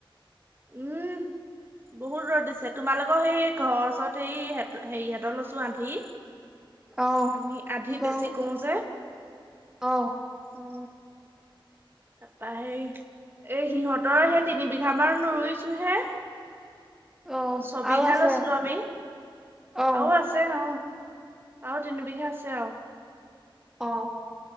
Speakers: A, on the right; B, in the centre.
A: উম। বহুত ৰ'দ দিছে তোমালোকৰ সেই ঘৰ ওচৰত সেই হেৰি হঁতৰ লৈছো আন্ধি।
B: অ'
A: আমি আধি
B: বাও
A: বেছি কও যে।
B: অ
A: অ তাপা সেই এই সিহঁতৰ সেই তিনি বিঘামান ৰুইছো হে।
B: অ
A: ছবিঘা
B: আৰু আছে
A: লৈছিলো আমি
B: অ
A: আৰু আছে অ। আৰু তিন বিঘা আছে আও।
B: অ